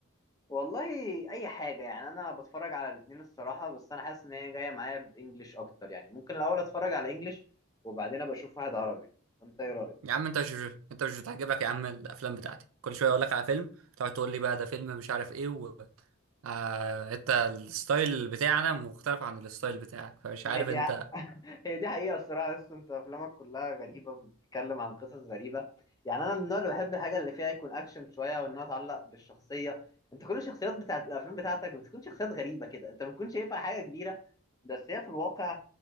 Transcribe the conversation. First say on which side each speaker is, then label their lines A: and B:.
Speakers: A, on the left (about 15°); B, on the right (about 80°).
A: والله اي حاجه يعني انا بتفرج على الاتنين الصراحه بس انا حاسس ان هي جايه معايا بانجلش اكتر يعني ممكن الاول اتفرج على انجلش وبعدين ابقى اشوف واحد عربي فانت ايه رايك
B: يا عم انت مش انت مش بتعجبك يا عم الافلام بتاعتي كل شويه اقول لك على فيلم تقعد تقول لي بقى ده فيلم مش عارف ايه و... آه انت الستايل بتاعنا مختلف عن الستايل بتاعك فمش
A: ما
B: عارف
A: هي دي
B: انت
A: هي دي حقيقة الصراحة بس انت افلامك كلها غريبة بتتكلم عن قصص غريبة يعني انا من النوع اللي بحب الحاجة اللي فيها يكون اكشن شوية وانها تعلق بالشخصية انت كل الشخصيات بتاعت الافلام بتاعتك بتكون شخصيات غريبة كده انت بتكون شايفها حاجة كبيرة بس هي في الواقع